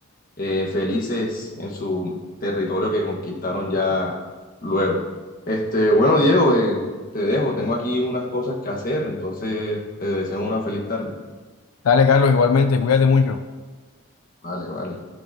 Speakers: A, on the left; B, on the left.
A: eh, felices en su territorio que conquistaron ya luego. Este, bueno, Diego, eh, te dejo, tengo aquí unas cosas que hacer, entonces te deseo una feliz tarde.
B: Dale, Carlos, igualmente, cuídate mucho.
A: Vale, vale.